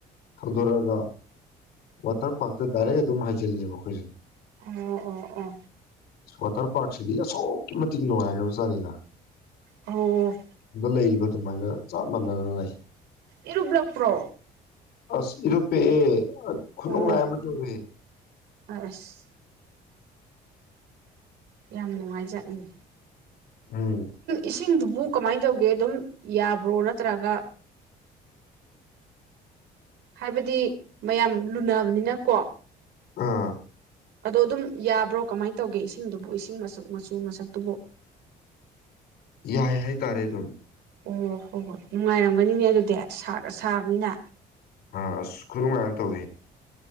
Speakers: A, on the left; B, on the right.
A: ꯊꯧꯗꯣꯔꯛꯑꯒ ꯋꯥꯇꯔ ꯄꯥꯔꯛꯇ ꯗꯥꯏꯔꯦꯛ ꯑꯗꯨꯝ ꯍꯥꯏꯩꯖꯤꯜꯂꯦꯕ ꯑꯩꯈꯣꯏꯁꯦ
B: ꯑꯣ ꯑꯣ ꯑꯣ
A: ꯋꯥꯇꯔ ꯄꯥꯔꯛꯁꯤꯗꯤ ꯑꯁꯨꯛꯀꯤ ꯃꯇꯤꯛ ꯅꯨꯡꯉꯥꯏꯈ꯭ꯔꯕꯖꯥꯠꯅꯤꯗ
B: ꯑꯣ
A: ꯌꯗ ꯂꯩꯔꯤꯕ ꯑꯗꯨꯃꯥꯏꯅ ꯆꯞ ꯃꯥꯟꯅꯅ ꯂꯩ
B: ꯏꯔꯕꯂ ꯄꯨ꯭ꯔꯣ
A: ꯑꯁꯤ ꯔꯨꯄꯦ ꯈꯨꯅꯨꯡꯣꯡ
B: ꯑꯣ
A: ꯂꯥꯏ ꯑꯃ ꯇꯧꯋ
B: ꯑꯁ ꯌꯥꯝ ꯅꯨꯡꯉꯥꯏꯖꯠꯅꯤꯡ
A: ꯎꯝ
B: ꯏꯁꯤꯡ ꯤꯡꯗꯨꯕꯨ ꯀꯃꯥꯏꯅ ꯇꯧꯒꯦ ꯑꯗꯨꯝ ꯌꯥꯕ꯭ꯔꯣ ꯅꯠꯇ꯭ꯔꯒ ꯍꯥꯏꯕꯗꯤ ꯃꯌꯥꯝ ꯂꯨꯅꯕꯅꯤꯅꯀꯣ
A: ꯑꯥ
B: ꯑꯗꯣ ꯑꯗꯨꯝ ꯌꯥꯕ꯭ꯔꯣ ꯀꯃꯥꯏꯅ ꯇꯧꯒꯦ ꯏꯁꯤꯡꯗꯨꯕꯨ ꯏꯁꯤꯡ ꯃꯁꯛ ꯃꯆꯨ ꯃꯁꯛꯇꯨꯕ
A: ꯌꯥꯏ ꯍꯏ ꯇꯥꯔꯦ ꯑꯗꯨꯝ
B: ꯑꯣ ꯍꯣꯏ ꯍꯣꯏ ꯅꯨꯡꯉꯥꯏꯔꯝꯒꯅꯤꯅꯦ ꯑꯗꯨꯗꯤ ꯁꯥꯔꯒ ꯁꯥꯕꯅꯤꯅ
A: ꯑ ꯈꯔꯨ ꯃꯥꯌꯥꯝ ꯇꯧ